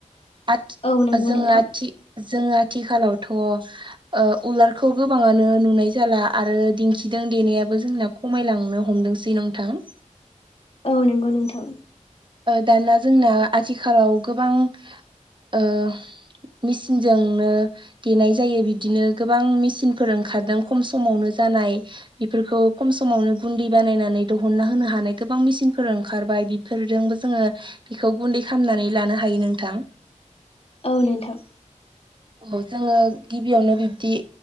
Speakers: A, on the right; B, on the left.
A: आथि
B: औ नंगौ
A: जोङो
B: नोंथां
A: आथि-आथिखालावथ' ओ उलारखौ गोबाङानो नुनाय जाला आरो दिन्थिदों देनायाबो जोंना खमायलांनो हमदोंसै नोंथां।
B: औ नोंगौ नोंथां।
A: दाना जोंना आथिखालाव गोबां ओ मेसिनजोंनो देनाय जायो बिदिनो गोबां मेचिनफोर ओंखारदों खम समावनो जानाय बेफोरखौ खम समावनो गुन्दै बानायनानै दिहुनना होनो हानाय गोबां मेसिनफोर ओंखारबाय <unintelligible> जोंबो जोङो बेखौ गुन्दै खालामनानै लानो हायो नोंथां।
B: औ नोंथां
A: औ जोङो गिबियावनो बिबदि